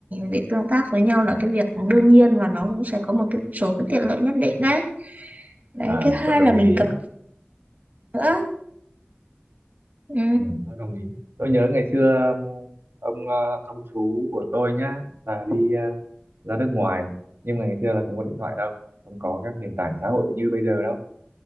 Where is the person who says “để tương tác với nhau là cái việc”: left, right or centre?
Right